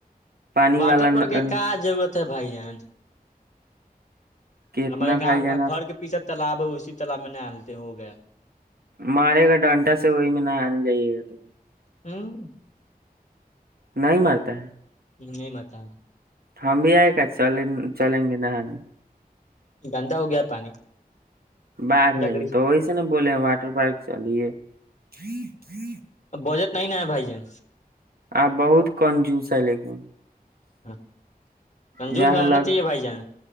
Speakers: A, on the right; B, on the left.
A: پانی
B: واٹر
A: والا ن-
B: پرک ہے
A: ان-
B: کا جگت ت بھائی جان
A: کتنا
B: ہمارے گاؤں
A: بھائی جان آپ
B: گھر کے پیچھا تالاب ہے اسی تالاب میں نہیں آ دیتے ہو گیا
A: مارے گا ڈانٹا سے وہی میں نہ آنے جائیے گا تو
B: ہوں
A: نہیں مرتا ہے
B: نہیں متا
A: ہم بھی آئے گا چل چلیں گے نہاں جی
B: گندا ہو گیا پانی
A: باغ
B: جکڑی
A: بھائی تو وہی سے ن بولے ہیں واٹر پارک چلیے جی جی
B: بجٹ نہیں نہیں بائی ج
A: آ بہت کمزوس ہے لیکن
B: ہاں سنجو
A: جہاں
B: سرناا
A: لگ
B: چاہیے بھائی جان